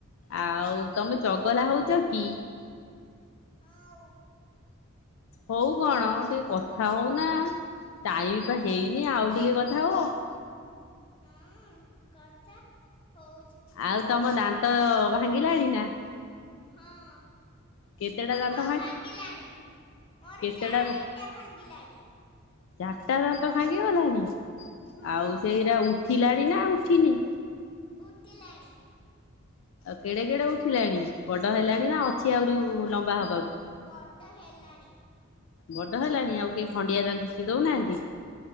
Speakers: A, on the left; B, on the left.
A: ଆଉ ତମେ ଚଗଲା ହୋଉଚ କି?
B: ହଁ ଉ।
A: ହୋଉ କଣ ଟିକେ କଥା ହୋଉନା ଟାଇମି ପା ହେଇନି ଆଉ ଟିକେ କଥା ହୁଅ।
B: ହଁ କଥା ହଉ
A: ଆଉ ତମ ଦାନ୍ତ ଭାଙ୍ଗିଲାଣି ନା।
B: ହଁ
A: କେତେଟା ଦାନ୍ତ
B: ହଁ ଭାଙ୍ଗିଲାଣି ମୋର
A: କେତେଟା
B: ଚାରିଟା ଭାଙ୍ଗିଲାଣି।
A: ଚାରିଟା ଦାନ୍ତ ଭାଙ୍ଗି ଗଲାଣି
B: ହଁ
A: ଆଉ ସେଉରା ଉଠିଲାଣି ନା ଉଠିନି।
B: ଉଠିଲାଣି।
A: କେଡେ କେଡେ ଉଠିଲାଣି ବଡ ହେଲାଣି ନା ଅଛି ଆହୁରି ଲମ୍ବା ହେବାକୁ।
B: ବଡ଼ ହେଲାଣି।
A: ବଡ ହେଲାଣି ଆଉ କେହି ଖଣ୍ଡିଆ ଦାନ୍ତି ଚିଡୋଉ ନାହାନ୍ତି?